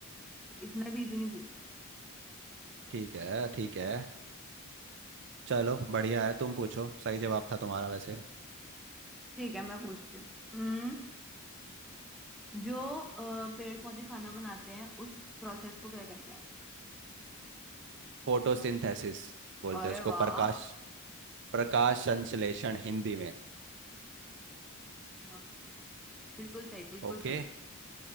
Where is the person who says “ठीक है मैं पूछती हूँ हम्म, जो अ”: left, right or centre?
Centre